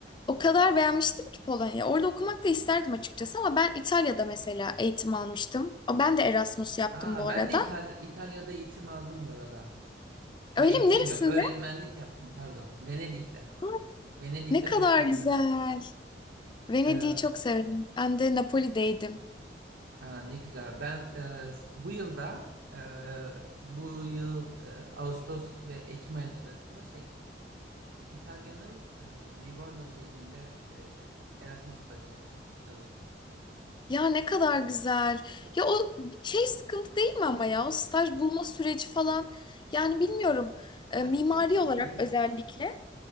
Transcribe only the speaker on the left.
O kadar beğenmiştim ki Polonya. Orada okumak da isterdim açıkçası ama ben İtalya'da mesela eğitim almıştım. O- Ben de Erasmus yaptım
bu
arada.
Öyle
mi? Neresinde?
Aa,
Ne kadar
güzel.
Venedik'i
çok severim. Ben de Napoli'deydim.
Ya ne kadar güzel.
Ya o şey sıkıntı değil mi ama ya o staj bulma süreci falan. Yani bilmiyorum. e,
mimari
olarak
özellikle.